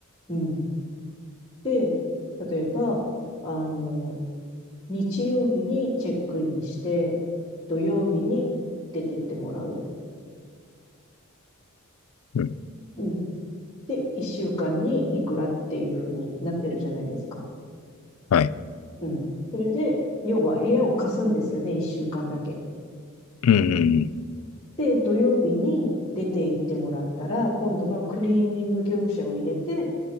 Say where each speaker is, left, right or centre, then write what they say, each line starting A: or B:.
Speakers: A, on the left; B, on the left.
A: うん。で、例えば、あの、日曜日にチェックインして、土曜日に出てってもらう。
B: うん。
A: うん。で、一週間にいくらっていう風になってるじゃないですか。
B: はい。
A: うん。それで、要は部屋を貸すんですよね、一週間だけ。
B: うん、
A: で、土曜日に出て行ってもらったら、今度はクリーニング業者を入れて、